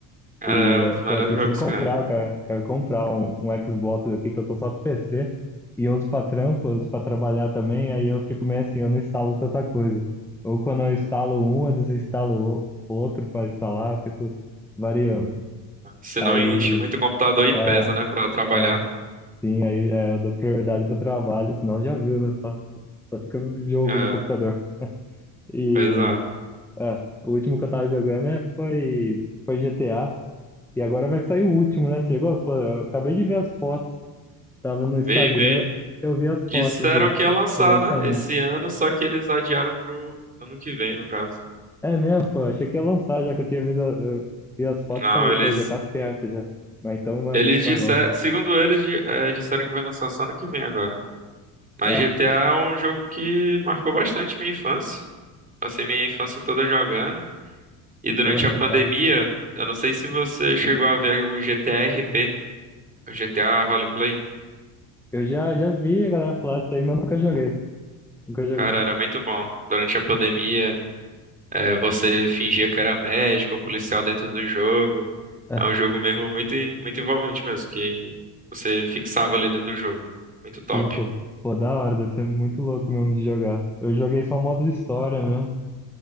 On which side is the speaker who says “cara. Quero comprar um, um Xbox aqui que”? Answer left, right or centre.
Centre